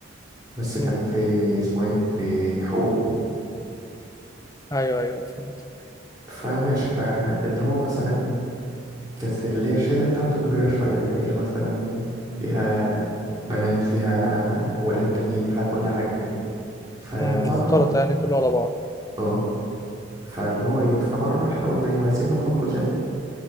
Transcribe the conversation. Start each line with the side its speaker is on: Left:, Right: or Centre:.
Right: بس كان
Left: امم
Right: في اسمه ايه في حقوق
Left: ايوه ايوه فهمت
Right: فماشي فاللي هو مثلا ايه كانت اللي هي الشلة بتاعته كبيرة شوية اللي هي مثلا فيها بنات فيها ولاد تانيين فيها كل حاجة كده فمرة
Left: امم اختلط يعني كله على بعض
Right: اه فاللي هو ايه فمرة احنا قلنا ايه عايزين نخرج كلنا